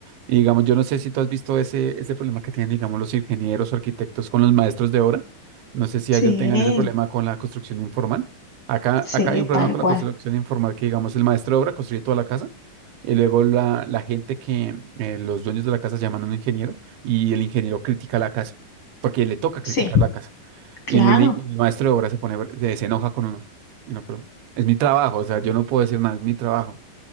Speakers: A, on the right (about 85°); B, on the left (about 75°).
A: Y digamos, yo no sé si tú has visto ese, ese problema que tienen, digamos, los ingenieros o arquitectos con los maestros de obra. No sé si
B: Sí,
A: allá tengan ese problema con la construcción informal. Acá,
B: sí,
A: acá hay un problema
B: tal
A: con
B: cual.
A: la construcción informal que, digamos, el maestro de obra construye toda la casa y luego la, la gente que eh, los dueños de la casa llaman a un ingeniero y el ingeniero critica la casa porque le toca criticar
B: Sí,
A: la casa.
B: claro,
A: Y, el y el maestro de obra se pone, se se enoja con uno. Y no, pero es mi trabajo, o sea, yo no puedo decir nada, es mi trabajo.